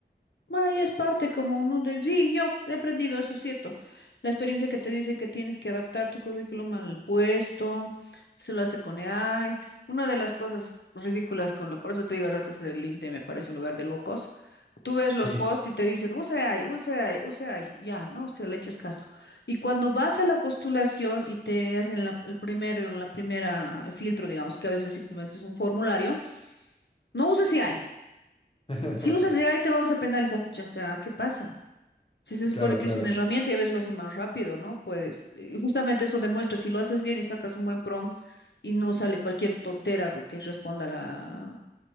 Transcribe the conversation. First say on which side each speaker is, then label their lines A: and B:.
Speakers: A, on the left (about 80°); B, on the left (about 30°).
A: Ah, es parte como uno de... Sí, yo he aprendido eso, cierto. La experiencia que te dicen que tienes que adaptar tu currículum al puesto, se lo hace con AI. Una de las cosas ridículas con la... Por eso te digo a ratos el LinkedIn me parece un lugar de locos. Tú ves los
B: Sí.
A: posts y te dicen, use AI, use AI, use AI. Ya, no, si le echas caso. Y cuando vas a la postulación y te hacen la, el primer, la primera el filtro, digamos, que a veces simplemente es un formulario, no uses AI.
B: <laughs>
A: Si usas AI te vamos a penalizar, pucha, o sea, ¿qué pasa? Si se supone
B: Claro,
A: que
B: claro.
A: es una herramienta y a veces lo hace más rápido, ¿no? Pues eh, justamente eso demuestra, si lo haces bien y sacas un buen prompt y no sale cualquier tontera que responda la